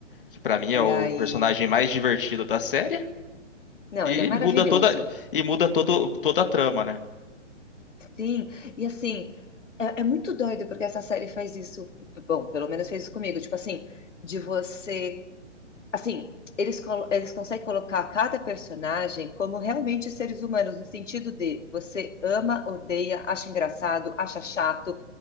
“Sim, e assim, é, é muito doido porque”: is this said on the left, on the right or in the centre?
Left